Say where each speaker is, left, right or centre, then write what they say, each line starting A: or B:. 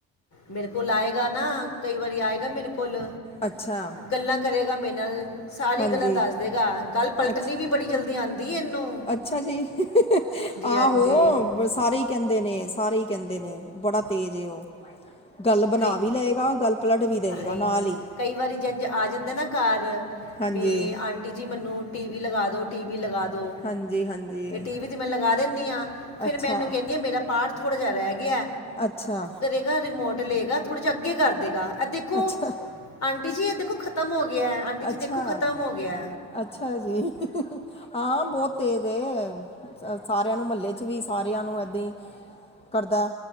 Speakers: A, on the left (about 50°); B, on the left (about 15°).
A: ਮੇਰੇ ਕੋਲ ਆਏਗਾ ਨਾ, ਕਈ ਵਾਰੀ ਆਏਗਾ ਮੇਰੇ ਕੋਲ।
B: ਅੱਛਾ।
A: ਗੱਲਾਂ ਕਰੇਗਾ ਮੇਰੇ ਨਾਲ, ਸਾਰੀ
B: ਹਾਂਜੀ
A: ਗੱਲਾਂ ਦੱਸ ਦੇਗਾ, ਗੱਲ ਪਲਟਣੀ
B: ਅੱਛਾ
A: ਵੀ ਬੜੀ ਜਲਦੀ ਆਂਦੀ ਏ ਏਨੂੰ।
B: ਅੱਛਾ ਜੀ, ਆਹੋ।
A: ਹਾਂਜੀ
B: ਵ ਸਾਰੇ ਈ ਕਹਿੰਦੇ ਨੇ, ਸਾਰੇ ਈ ਕਹਿੰਦੇ ਨੇ, ਬੜਾ ਤੇਜ਼ ਏ ਉਹ। ਗੱਲ ਬਣਾ
A: ਕਈ
B: ਵੀ ਲਏਗਾ ਗੱਲ ਪਲਟ ਵੀ ਦੇਵੇਗਾ
A: ਹਾਏ,
B: ਨਾਲ ਹੀ
A: ਕਈ ਵਾਰੀ ਜੇੰਜ ਆ ਜਾਂਦੈ ਨਾ ਘਰ।
B: ਹਾਂਜੀ
A: ਵੀ ਆਂਟੀ ਜੀ ਮੈਨੂੰ ਟੀਵੀ ਲਗਾ ਦੋ, ਟੀਵੀ ਲਗਾ ਦੋ
B: ਹਾਂਜੀ ਹਾਂਜੀ
A: ਟੀ ਵੀ ਤੇ ਮੈਂ ਲਗਾ ਦੇਣੀ ਆਂ, ਫਿਰ
B: ਅੱਛਾ
A: ਮੈਂ ਇਹਨੂੰ ਕਹਿਣੀ ਆ ਮੇਰਾ ਪਾਠ ਥੋੜ੍ਹਾ ਜਾ ਰਹਿ ਗਿਐ।
B: ਅੱਛਾ।
A: ਰ ਰਿਮੋਟ ਲੇਗਾ, ਥੋੜਾ ਜਾ ਅੱਗੇ ਕਰ ਦੇਗਾ, ਐ ਦੇਖੋ
B: ਅੱਛਾ
A: ਆਂਟੀ ਜੀ, ਐ ਦੇਖੋ ਖ ਤਮ ਹੋ ਗਿਐ, ਆਂਟੀ ਜੀ
B: ਅੱਛਾ
A: ਦੇਖੋ ਖ਼ਤਮ ਹੋ ਗਿਐ।
B: ਅੱਛਾ ਜੀ, ਹਾਂ ਬੌਤ ਤੇਜ ਏ। ਸ ਸਾਰਿਆਂ ਨੂੰ ਮੱਲੇ ਚ ਵੀ ਸਾਰਿਆਂ ਨੂੰ ਏਦਾਂ ਈ ਕਰਦਾ।